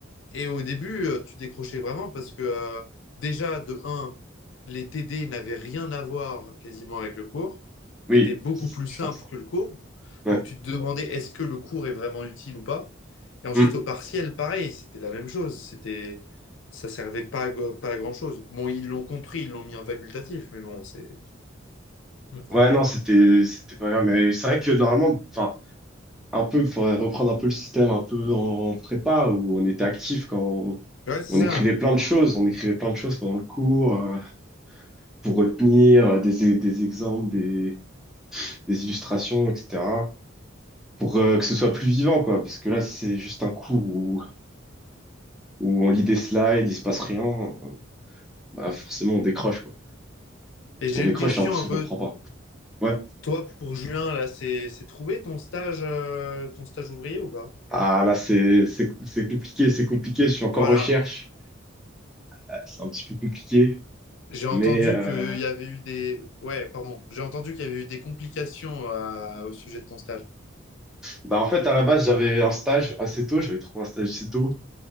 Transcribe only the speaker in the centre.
oui,
je
pense
Ouais,
Hmm.
Ouais, non, c'était c'était pas grave, mais c'est vrai que normalement, enfin, un peu, faudrait reprendre un peu le système un peu en prépa où on était actif quand on,
on
écrivait plein de choses, on écrivait plein de choses pendant le cours euh, pour retenir euh, des e- des exemples, des des illustrations, etc. pour euh, que ce soit plus vivant, quoi. Parce que là, si c'est juste un cours où où on lit des slides, il se passe rien, euh, bah forcément on décroche, quoi.
On décroche
et en plus
on comprend pas. Ouais.
Ah là, c'est c'est c'est compliqué, c'est compliqué. Je suis encore
en recherche. Ah, C'est un petit peu compliqué.
Mais euh,
bah en fait, à la base, j'avais un stage assez tôt. J'avais trouvé un stage assez tôt